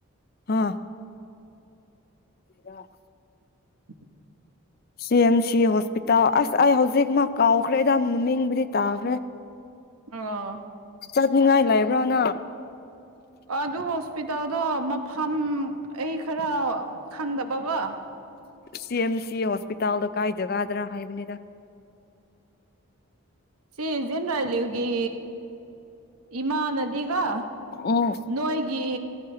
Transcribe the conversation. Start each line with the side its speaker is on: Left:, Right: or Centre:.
Left: ꯑ꯫ ꯗ꯫
Right: <inaudible>
Left: ꯁꯤ ꯑꯦꯝ ꯁꯤ ꯍꯣꯁꯄꯤꯇꯥꯜ ꯑꯁ ꯑꯩ ꯍꯧꯖꯤꯛ ꯃꯥ ꯀꯥꯎꯈ꯭ꯔꯦꯗ ꯃꯃꯤꯡꯕꯨꯗꯤ ꯇꯥꯈ꯭ꯔꯦ꯫
Right: ꯑ꯫
Left: ꯆꯠꯅꯤꯡꯉꯥꯏ ꯂꯩꯕ꯭ꯔꯣ ꯅꯪ
Right: ꯑꯗꯨ ꯍꯣꯁꯄꯤ꯫ ꯇꯥꯜꯗꯣ ꯃꯐꯝ ꯑꯩ ꯈꯔ ꯈꯪꯗꯕꯕ꯫
Left: ꯁꯤ ꯑꯦꯝ ꯁꯤ ꯍꯣꯁꯄꯤꯇꯥꯜꯗꯣ ꯀꯥꯏ ꯖꯒꯥꯗꯔꯥ ꯍꯥꯏꯕꯅꯤꯗ
Right: ꯁꯤ ꯖꯤꯟ ꯔꯖ꯫ ꯑꯂꯨꯒꯤ ꯏꯃꯥꯅꯗꯤꯒ
Left: ꯑꯣ
Right: ꯅꯣꯏꯒꯤ